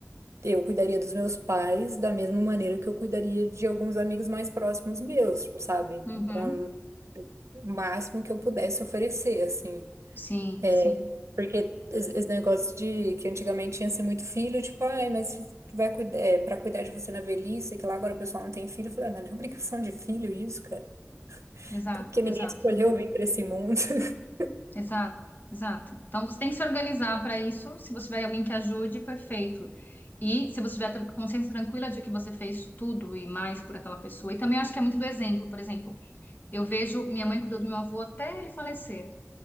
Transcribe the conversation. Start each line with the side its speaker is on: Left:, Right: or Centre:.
Right: eu cuidaria dos meus pais da mesma maneira que eu cuidaria de alguns amigos mais próximos meus, tipo, sabe?
Left: Uhum.
Right: Com o máximo que eu pudesse oferecer, assim.
Left: Sim,
Right: É,
Left: sim.
Right: porque es- esse negócio de que antigamente tinha assim muito filho, tipo, ai, mas vai cuidar, é, para cuidar de você na velhice, que lá agora o pessoal não tem filho, eu falei, ah, mas não é obrigação de filho isso, cara.
Left: Exato,
Right: Até Porque
Left: exato,
Right: ninguém escolheu vir para esse mundo. <laughs>
Left: exato, exato. Então você tem que se organizar para isso. Se você tiver alguém que ajude, perfeito. E se você tiver tran- consciência tranquila de que você fez tudo e mais por aquela pessoa. E também acho que é muito do exemplo, por exemplo. Eu vejo minha mãe cuidou do meu avô até ele falecer.